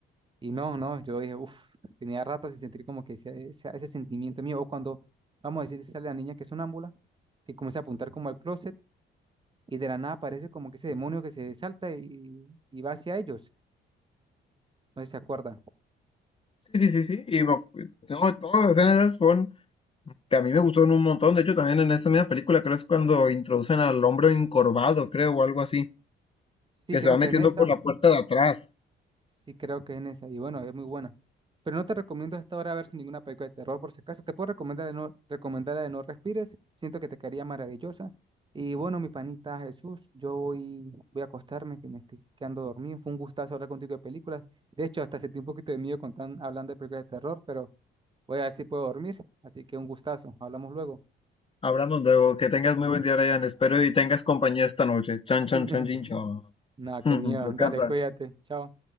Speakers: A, on the right (about 25°); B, on the left (about 30°).
A: y no, no, yo dije, uff, tenía rato sin sentir como que ese, ese, ese sentimiento mío o cuando, vamos a decir, sale la niña que es sonámbula, que comienza a apuntar como al closet y de la nada aparece como que ese demonio que se salta y, y va hacia ellos. No sé si se acuerda.
B: Sí, sí, sí, sí, y me no, todas las escenas esas fueron que a mí me gustaron un montón, de hecho también en esa misma película creo es cuando introducen al hombre encorvado, creo, o algo así.
A: Sí,
B: que
A: creo
B: se va
A: que
B: metiendo
A: en esa,
B: por la puerta de atrás.
A: sí creo que en esa, y bueno, es muy buena. Pero no te recomiendo hasta ahora ver sin ninguna película de terror, por si acaso. Te puedo recomendar de no, recomendar la de No Respires, siento que te quedaría maravillosa. Y bueno, mi panita Jesús, yo voy, voy a acostarme, que me estoy quedando dormido. Fue un gustazo hablar contigo de películas. De hecho, hasta sentí un poquito de miedo con tan, hablando de películas de terror, pero voy a ver si puedo dormir. Así que un gustazo, hablamos luego.
B: Hablamos luego, que tengas muy buen día, Ryan. Espero y tengas compañía esta noche. Chan, chan,
A: <laughs>
B: chan, chin, chan.
A: No,
B: <laughs>
A: qué miedo.
B: Descansa.
A: Dale, cuídate. Chao.